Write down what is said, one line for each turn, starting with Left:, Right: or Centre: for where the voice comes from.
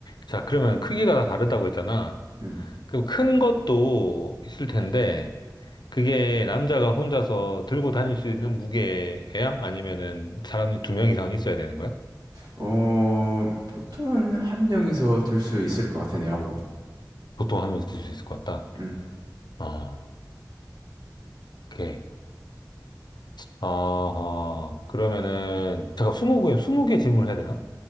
Left: 자, 그러면 크기가 다 다르다고 했잖아.
Right: 음.
Left: 그럼 큰 것도 있을 텐데, 그게 남자가 혼자서 들고 다닐 수 있는 무게야? 아니면은 사람이 두 명 이상 있어야 되는 거야?
Right: 어, 보통은 한 명이서 들 수 있을 것 같아, 내가 보기
Left: 보통 한 명이 들 수 있을 것 같다.
Right: 음.
Left: 아, 오케이. 아, 그러면은, 잠깐, 스무 개, 스무 개 질문을 해야 되나?